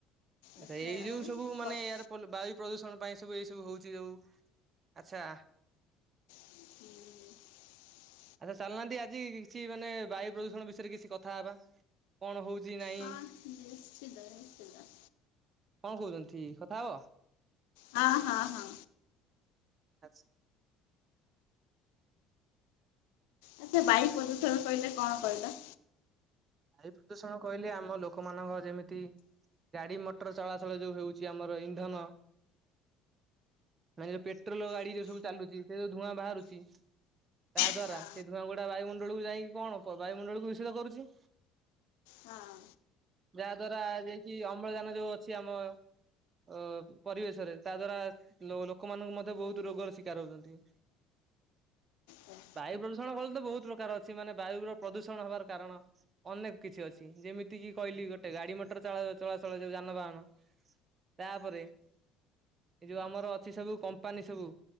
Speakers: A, on the right (about 35°); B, on the left (about 80°).
A: ଆଛା
B: ଆଚ୍ଛା
A: ଏଇ ଯୋଉ ସବୁ ମାନେ ଏୟାର ବାୟୁ ପ୍ରଦୂଷଣ ପାଇଁ ସବୁ ଏ ସବୁ ହଉଛି ଯୋଉ, ଆଚ୍ଛା।
B: ହୁଁ।
A: ଆଚ୍ଛା ଚାଲୁନାହାଁନ୍ତି ଆଜି କିଛି ମାନେ ବାୟୁ ପ୍ରଦୂଷଣ ବିଷୟରେ କିଛି କଥା ହେବା, କଣ ହଉଛି। ନାଇଁ
B: ହଁ ନିଶ୍ଚିନ୍ତ ନିଶ୍ଚିନ୍ତ।
A: କଣ କହୁଛନ୍ଥି କଥା ହବ?
B: ହଁ ହଁ ହଁ।
A: ଆସ୍
B: ଆଚ୍ଛା ବାୟୁ ପ୍ରଦୂଷଣ କହିଲେ କଣ କହିଲ?
A: ବାୟୁ ପ୍ରଦୂଷଣ କହିଲେ ଆମ ଲୋକମାନଙ୍କ ଯେମିତି ଗାଡ଼ି ମଟର ଚଳାଚଳ ଯେଉଁ ହେଉଛି ଆମର ଇନ୍ଧନ ମାନେ ଯୋଉ ପେଟ୍ରୋଲ ଗାଡି ଯୋଉ ସବୁ ଚାଲୁଛି ସେ ଯୋଉ ଧୂଆଁ ବାହାରୁଛି। ତା
B: ହଁ
A: ଦ୍ଵାରା
B: ଆଚ୍ଛା
A: ସେ ଧୂଆଁଗୁଡା ବାୟୁମଣ୍ଡଳୀକୁ ଯାଇକି କଣ ବାୟୁମଣ୍ଡଳକୁ ବିଶୁଦ୍ଧ କରୁଛି।
B: ହଁ
A: ଯାହା ଦ୍ଵାରା ଯେକି ଅମ୍ଳଜାନ ଯୋଉ ଅଛି ଆମ ଅ ପରିବେଶରେ ତା ଦ୍ଵାରା ଲୋ ଲୋକମାନଙ୍କୁ ମଧ୍ୟ ବହୁତ ରୋଗର ଶିକାର ହଉଛନ୍ତି।
B: ହଁ।
A: ବାୟୁ ପ୍ରଦୂଷଣ ଫଳ ତ ବହୁତ ପ୍ରକାର ଅଛି ମାନେ ବାୟୁର ପ୍ରଦୂଷଣ ହବାର କାରଣ ଅନେକ କିଛି ଅଛି ଯେମିତି କିି କହିଲି ଗୋଟେ ଗାଡି ମଟର ଚଳା ଚଳାଚଳ ଯୋଉ ଯାନବାହାନ ତାପରେ ଏଇ ଯୋଉ ଆମର ଅଛି ସବୁ କମ୍ପାନୀ ସବୁ